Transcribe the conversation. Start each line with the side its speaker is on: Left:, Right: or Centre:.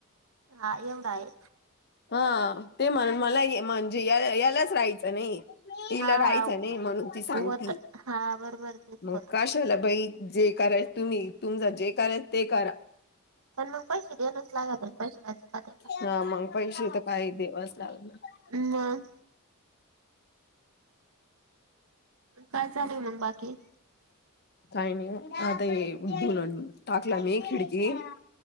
Right: हा एवढा आहे
Left: हा ते म्हणन मला, म्हणजे या यालाच राहायचं नाहीये. तिला
Right: हा
Left: राहायचं
Right: हा
Left: नाही, म्हणून ती सांगती
Right: होत हा बरोबर तेच
Left: मग
Right: होत
Left: कशाला बाई जे कराय तुम्ही, तुमज जे कराय ते करा.
Right: पण मग पैसे देणच लागत पैसे काय चुकात का
Left: हा, मग पैसे तर काय देवास हो
Right: म काय चालूय मग बाकी
Left: काय नाही. आता ये धून टाकला मी खिडकीत